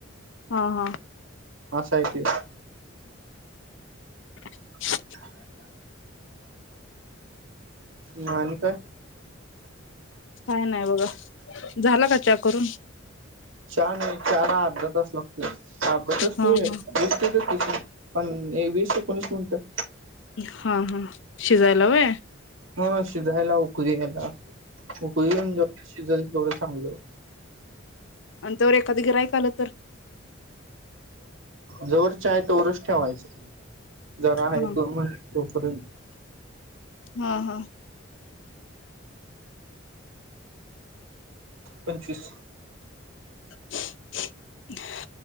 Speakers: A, on the left; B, on the right.
A: हा हा
B: असा आहे की
A: <inaudible>
B: <inaudible> म आणि काय
A: काय नाय बघा झाल का चा करून
B: चहा नाही चहाला अर्धा तास लागतोय.
A: हा हा
B: <unintelligible> पण हे वीस एकोणीस मिनिट
A: हा हा शिजायला व्हय
B: हा शिजाय लाऊ कुणी खला होईन <unintelligible> शिजलं तेवढं चांगलं.
A: आण तोवर एखाद गिरायिक आलं तर
B: जवर चाय तवर च ठेवायचं जरा आहे
A: हा
B: तो म्हण तोपर्यंत
A: <inaudible> हा हा
B: पंचवीस
A: <unintelligible>